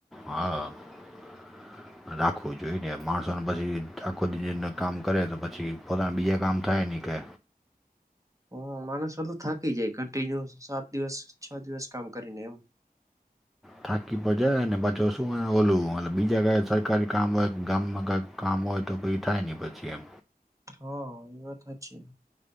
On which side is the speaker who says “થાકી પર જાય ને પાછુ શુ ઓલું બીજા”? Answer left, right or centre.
Centre